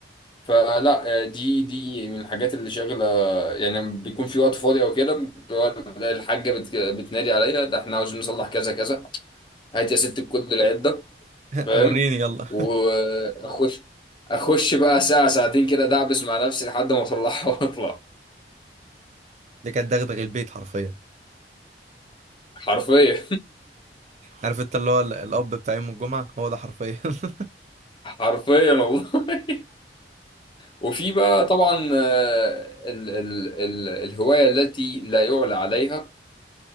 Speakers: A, on the left; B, on the right.
A: فلا آه، دي دي من الحاجات اللي شاغله يعني لما بيكون في وقت فاضي او كده بتبقى الحاجه بت- بتنادي عليا ده احنا عاوزين نصلح كذا كذا هات يا ست الكود العده
B: <laughs>
A: فاهم
B: وريني يلا
A: واخش اخش بقى ساعه ساعتين كده دعبس مع نفسي لحد ما اطلعها واطلع
B: دي كانت دغدغ البيت حرفيا
A: حرفيا
B: عارف انت اللي هو ال- الاب بتاع يوم الجمعه هو ده حرفيا <laughs>
A: <laughs> حرفيا والله وفي بقى طبعا آه، ال ال ال الهوايه التي لا يعلى عليها